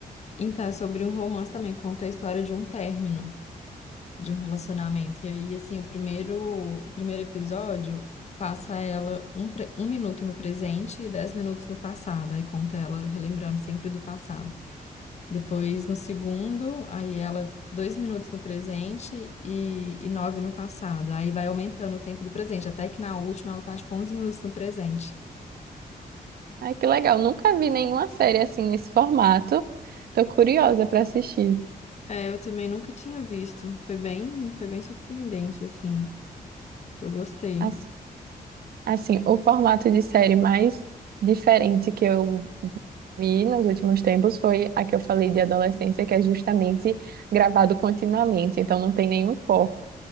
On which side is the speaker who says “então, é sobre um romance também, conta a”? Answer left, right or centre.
Left